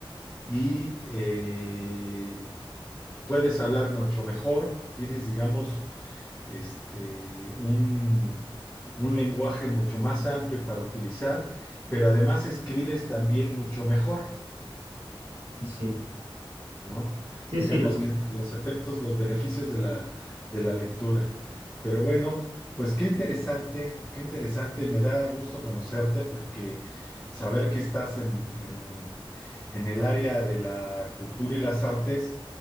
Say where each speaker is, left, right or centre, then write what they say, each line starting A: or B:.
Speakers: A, on the left; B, on the right.
A: y eh, puedes hablar mucho mejor, tienes, digamos, este, un, un lenguaje mucho más amplio para utilizar, pero además escribes también mucho mejor.
B: sí,
A: ¿no?
B: sí,
A: Digamos
B: sí, lo-
A: que entre los efectos, los beneficios de la, de la lectura. Pero bueno, pues qué interesante, qué interesante, me da gusto conocerte porque saber que estás en, en, en el área de la cultura y las artes,